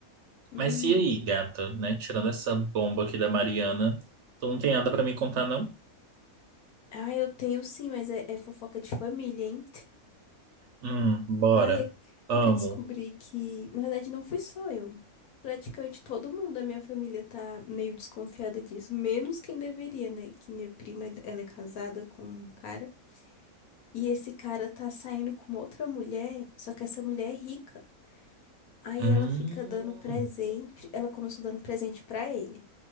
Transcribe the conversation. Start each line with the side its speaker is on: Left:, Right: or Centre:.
Left: Uhum.
Right: Mas e aí, gata, né? Tirando essa bomba aqui da Mariana, tu não tem nada pra me contar, não?
Left: Ah, eu tenho sim, mas é, é fofoca de família, hein?
Right: Hum, bora.
Left: Ai, é,
Right: Amo.
Left: é que eu descobri que, na verdade, não fui só eu. Praticamente todo mundo da minha família tá meio desconfiada disso, menos quem deveria, né? Que minha prima, ela é casada com um cara, e esse cara tá saindo com outra mulher, só que essa mulher é rica. Aí
Right: Hum,
Left: ela fica dando presente, ela começou dando presente pra ele.